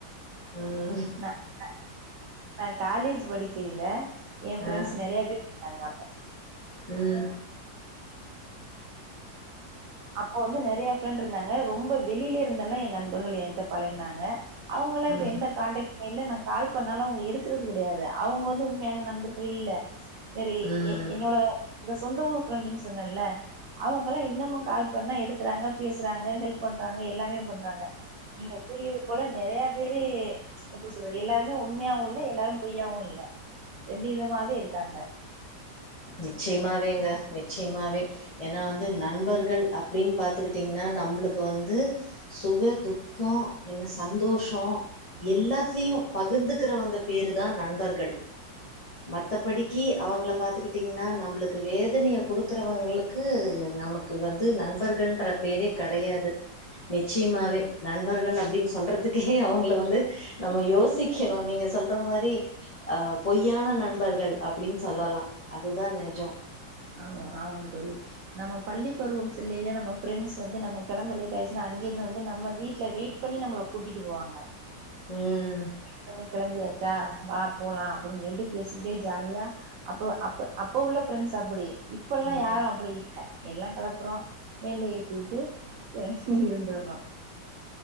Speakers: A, on the left; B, on the right.
A: ம்
B: ந ந நா காலேஜ் படிக்கையில என ஃப்ரெண்ட்ஸ்
A: ஆ
B: நறைய பேர் இருந்தாங்க அப்ப
A: ம்
B: அப்போ வந்து நறைய ஃப்ரெண்ட் இருந்தாங்க ரொம்ப வெளியில இருந்தெல்லா என் நண்பர்கள் என்ட்ட பழகுனாங்க அவுங்கலா இப்ப
A: ம்
B: எந்த கான்டெக்ட் மே இல்ல நா கால் பண்ணாலு அவுங்க எடுக்கறது கடையாது அவுங்க வந்து உண்மையான நண்பர்கள் இல்ல செரி
A: ம்
B: எ என்னோட இந்த சொந்த ஊர் ஃப்ரெண்டுன்னு சொன்னேல்ல அவுங்கல்லா இன்னமு கால் பண்ணா எடுக்குறாங்க பேசுறாங்க ஹெல்ப் பண்றாங்க எல்லாமே பண்றாங்க நீங்க கூறியது போல நெறையா பேரு எப்டி சொல்றது எல்லாருமே உண்மையாவு இல்ல எல்லாரு பொய்யாவு இல்ல ரெண்டு விதமாவே இருக்காங்க
A: நிச்சயமாவேங்க நிச்சயமாவே ஏன்னா வந்து நண்பர்கள் அப்டின்னு பாத்துக்கிட்டீங்ன்னா நம்பளுக்கு வந்து சுக துக்கோ என்ன சந்தோஷோ எல்லாத்துலயு பகுந்துக்கிறவங்க பேரு தா நண்பர்கள் மத்தபடிக்கு அவங்கள பாத்துக்கிட் டீங்னா நம்பளுக்கு வேதனைய குடுக்குறவங்களுக்கு நமக்கு வந்து நண்பர்கள்ன்ற பேரே கடையாது நிச்சயமாவே நண்பர்கள் அப்டின்னு சொல்றதுக்கே அவுங்கள வந்து நம்ம யோசிக்கணு நீங்க சொல்ற மாரி அ பொய்யான நண்பர்கள் அப்டின்னு சொல்லலா அதுதா நெஜோ
B: ஆ ஆமாங்க தோழி நம்ம பள்ளி பருவம் செல்லையில நம்ம ஃப்ரெண்ட்ஸ் வந்து நம்ம கெளம்ப லேட் அயிடுச்சுனா அங்கேருந்து வந்து நம்ம வீட்ல வெயிட் பண்ணி நம்பள கூட்டிட்டு போவாங்க
A: ம்
B: வெய்ட் பண்ணி கெளம்பியாச்சா வா போலா அப்டின் சொல்லிட்டு பேசிக்கிட்டே ஜாலியா அப்ப அப்ப அப்ப உள்ள ஃப்ரெண்ட்ஸ் அப்டி இப்பல்லா
A: ம்
B: யாரு அப்டி எல்லா கெளப்புறோ வேன்ல ஏத்தி வுட்டு இருந்துர்றோ